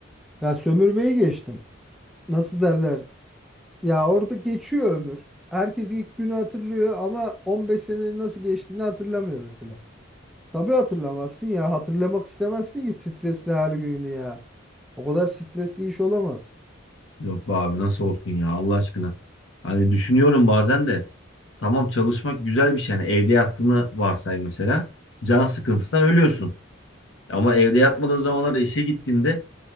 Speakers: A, in the centre; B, on the left.
A: ya sömürmeyi geçtim. Nasıl derler? Ya orada geçiyor ömür. Herkes ilk günü hatırlıyor ama 15 senenin nasıl geçtiğini hatırlamıyor mesela. Tabii hatırlamazsın ya. Hatırlamak istemezsin ki stresli her günü ya. O kadar stresli iş olamaz.
B: Yok be abi nasıl olsun ya Allah aşkına. Hani düşünüyorum bazen de tamam çalışmak güzel bir şey. Yani evde yattığını varsay mesela. Can sıkıntısından ölüyorsun. Ama evde yatmadığın zamanlarda işe gittiğinde